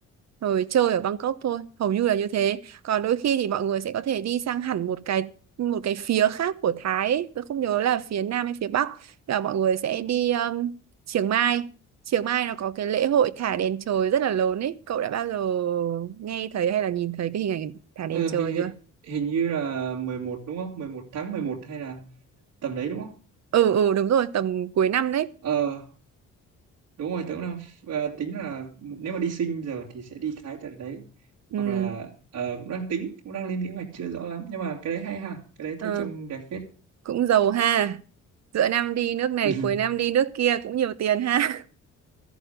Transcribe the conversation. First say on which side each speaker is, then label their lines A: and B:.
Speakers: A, on the right; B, on the right.
A: rồi chơi ở Bangkok thôi hầu như là như thế còn đôi khi thì mọi người sẽ có thể đi sang hẳn một cái một cái phía khác của Thái ấy. tôi không nhớ là phía Nam hay phía Bắc Tức là mọi người sẽ đi um, Chiang Mai Chiang Mai nó có cái lễ hội thả đèn trời rất là lớn ấy cậu đã bao giờ nghe thấy hay là nhìn thấy cái hình ảnh thả đèn
B: ờ,
A: trời
B: hi- hi-
A: chưa
B: hình như là 11 đúng không? 11 tháng 11 hay là tầm đấy đúng không?
A: ừ ừ đúng rồi tầm cuối năm đấy
B: Ờ, đúng rồi, tớ cũng đang à, tính là nếu mà đi Sinh giờ thì sẽ đi Thái tận đấy.
A: ừ
B: hoặc là ờ, cũng đang tính cũng đang lên kế hoạch chưa rõ lắm nhưng mà cái đấy hay ha cái đấy
A: ờ,
B: thấy trông đẹp phết
A: cũng giàu ha giữa năm đi nước này
B: <laughs>
A: cuối năm đi nước kia cũng nhiều tiền ha